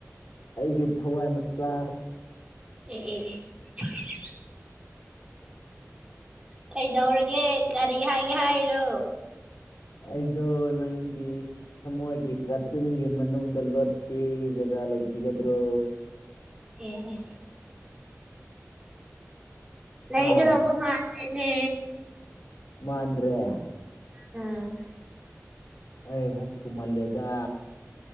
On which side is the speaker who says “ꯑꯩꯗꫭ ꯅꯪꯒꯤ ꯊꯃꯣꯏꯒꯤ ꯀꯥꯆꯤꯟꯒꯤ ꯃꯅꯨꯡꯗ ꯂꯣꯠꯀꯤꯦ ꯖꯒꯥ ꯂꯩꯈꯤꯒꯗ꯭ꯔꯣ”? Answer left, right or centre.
Left